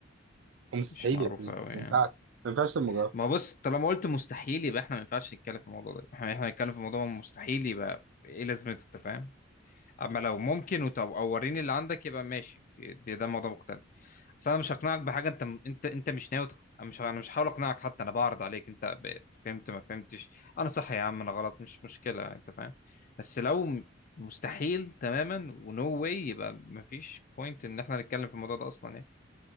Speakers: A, on the right; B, on the left.
A: مستحيل
B: مش معروف
A: يا فيه
B: قوي
A: ما
B: يعني
A: ينفعش ما ينفعش تبقى مجرد
B: ما بص طالما قلت مستحيل يبقى احنا ما ينفعش نتكلم في الموضوع ده احنا احنا نتكلم في موضوع مستحيل يبقى ايه لازمته انت فاهم اما لو ممكن وطب او وريني اللي عندك يبقى ماشي في- ده, ده موضوع مختلف بس انا مش هقنعك بحاجه انت انت انت مش ناوي تق... مش انا مش هحاول اقنعك حتى انا بعرض عليك انت ب... فهمت ما فهمتش انا صح يا عم انا غلط مش مشكله انت فاهم بس لو م- مستحيل تماما ونو واي يبقى مفيش بوينت ان احنا نتكلم في الموضوع ده اصلا يعني